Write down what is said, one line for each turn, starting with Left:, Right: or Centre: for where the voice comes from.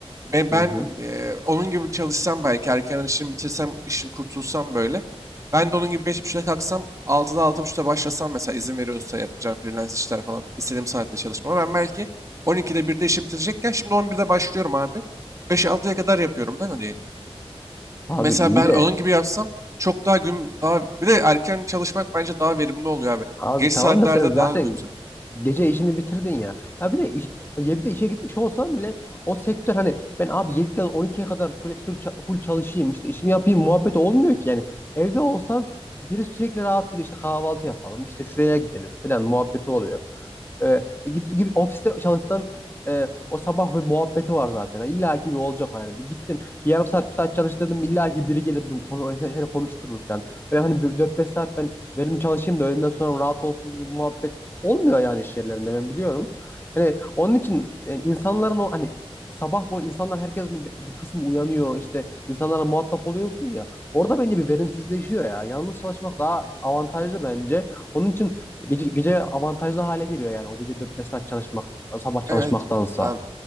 Right: Ve
Left: hı
Right: ben
Left: hı.
Right: eee, onun gibi çalışsam belki erken işimi bitirsem, işim kurtulsam böyle. Ben de onun gibi 5.30'da kalksam altıda altı buçukta başlasam mesela izin veriyorsa yapacağım freelance işler falan istediğim saatte çalışmama. Ben belki on iki'de birde işi bitirecekken şimdi on birde başlıyorum abi. Beş altıya kadar yapıyorum değil mi diyelim. Mesela
Left: Abi iyi
Right: ben
Left: de
Right: onun gibi yapsam çok daha gün daha bir de erken çalışmak bence daha verimli oluyor abi.
Left: Abi
Right: Geç saatlerde
Left: tamam da sen zaten
Right: daha kötü.
Left: gece işini bitirdin ya. Ya bir de iş, 7'de işe gitmiş olsam bile o sektör hani ben abi 7'den 12'ye kadar full, full ça- full çalışayım işte işimi yapayım muhabbet olmuyor ki yani. Evde olsan biri sürekli rahatsız ediyor işte kahvaltı yapalım işte şuraya gidelim falan muhabbeti oluyor. E, e, git, gibi ofiste çalışsan e, o sabah bir muhabbeti var zaten. Yani İlla ki bir olacak yani. Bir gittin bir yarım saat bir saat çalıştırdım illa ki biri gelir bir konu, seni konuşturur yani. Öyle hani dört beş saat ben verimli çalışayım da öğleden sonra rahat olsun gibi bir muhabbet olmuyor yani iş yerlerinde ben biliyorum. Yani onun için yani insanların o hani sabah bu insanlar herkesin bir bir kısmı uyanıyor işte insanlarla muhatap oluyorsun ya orada bence bir verimsizleşiyor ya. Yalnız çalışmak daha avantajlı bence. Onun için Gece, gece avantajlı hale geliyor yani. O gece dört beş saat çalışmak, sabah çalışmaktansa.
Right: Evet abi.